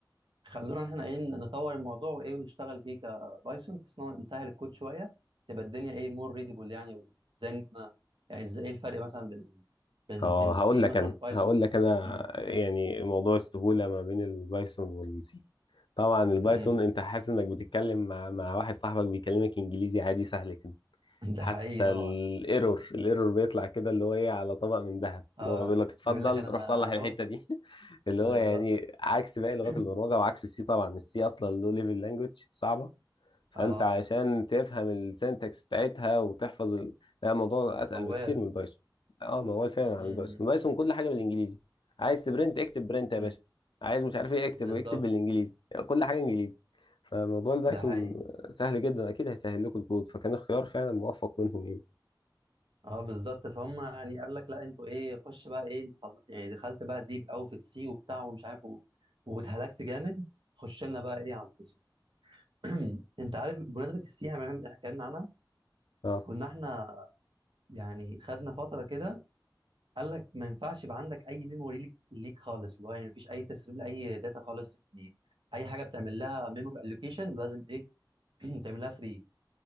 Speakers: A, on the right; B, on the left.
A: خلونا احنا ايه نطور الموضوع وايه ونشتغل بيه كبايثون بحيث ان هو نسهل الكود شويه تبقى الدنيا ايه مور ريدبل يعني وازاي إن احنا يعني ازاي إيه الفرق مثلا بين بين
B: اه
A: بين
B: هقول
A: سي
B: لك
A: مثلا
B: انا
A: وبايثون
B: هقول لك انا
A: م-
B: يعني موضوع السهوله ما بين البايثون والسي طبعا البايثون
A: م-
B: انت حاسس انك بتتكلم مع مع واحد صاحبك بيكلمك انجليزي عادي سهل كده
A: م. ده
B: حتى
A: حقيقي طبعا
B: الايرور الايرور بيطلع كده اللي هو ايه على طبق من ذهب
A: اه
B: اللي هو بيقول لك اتفضل
A: بيقول لك انا
B: روح صلح
A: انا
B: الحته
A: اهو
B: دي <laughs> اللي
A: بالظبط
B: هو يعني عكس باقي لغات
A: <clears throat>
B: البرمجه وعكس السي طبعا السي اصلا لو ليفل لانجوج صعبه فانت
A: اه
B: عشان تفهم السنتكس بتاعتها وتحفظ ال... لا الموضوع اتقل
A: موال
B: بكتير من البايثون اه ما هو فعلا
A: م-
B: عن البايثون البايثون كل حاجه بالانجليزي عايز تبرنت اكتب برنت
A: م-
B: يا باشا
A: م.
B: عايز مش عارف ايه اكتب
A: بالظبط
B: اكتب بالانجليزي يعني كل حاجه انجليزي فموضوع البايثون
A: ده حقيقي
B: سهل جدا اكيد هيسهل لكم الكود فكان اختيار فعلا موفق منهم ايه
A: اه بالظبط فهم يعني قال لك لا انتوا ايه خش بقى ايه انت خل... يعني دخلت بقى ديب قوي في السي وبتاع ومش عارف و... واتهلكت جامد خش لنا بقى ايه على القصه <clears throat> انت عارف بمناسبه السي احنا إحنا اتكلمنا عنها
B: اه
A: كنا احنا يعني خدنا فتره كده قال لك ما ينفعش يبقى عندك اي ميموري ليك, ليك خالص اللي هو يعني مفيش اي تسريب لاي داتا خالص يعني اي حاجه بتعمل لها ميموري الوكيشن لازم ايه <clears throat> تعملها فري